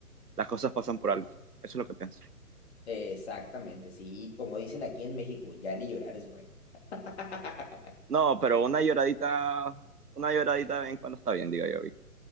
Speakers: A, on the right; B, on the left.
A: las cosas pasan por algo. Eso es lo que pienso.
B: Exactamente, sí, y como dicen aquí en México, ya ni llorar es bueno. <laughs>
A: No, pero una lloradita, una lloradita de vez en cuando está bien, digo yo, Vic.